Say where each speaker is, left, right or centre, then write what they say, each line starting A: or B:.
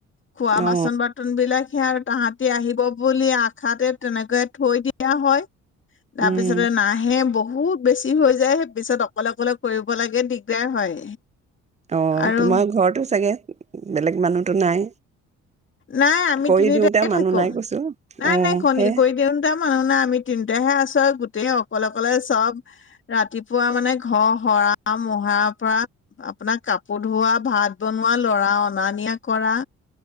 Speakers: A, on the left (about 40°); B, on the right (about 25°).
A: খোৱা
B: অ
A: বাছন বৰ্তন বিলাক -- তাহাঁতি আহিব বুলি আশাতে তেনেকৈ থৈ দিয়া হয়।
B: উম
A: তাৰপিছতে নাহে ব বহুত বেছি হৈ যায় সে পিছত অকলে অকলে কৰিব লাগে দিগদাৰ হয়।
B: অ
A: আৰু
B: তোমাৰ ঘৰতো চাগে বেলেগ মানুহতো নাই।
A: নাই আমি
B: কৰি
A: তিনিটাকে
B: দিওঁতে মানুহ
A: থাকো
B: নাই কৈছো
A: নাই
B: অ
A: নাই কণী
B: সেই
A: কৰি দিওঁ তাম মানুহ নে আমি তিনিটাহে আছো আৰু গোটেই অকলে অকলে চব ৰাতিপুৱা মানে ঘৰ সৰা মহাৰ পৰা আপোনাক কাপোৰ ধোৱা ভাত বনোৱা লৰা অনা নিয়া কৰা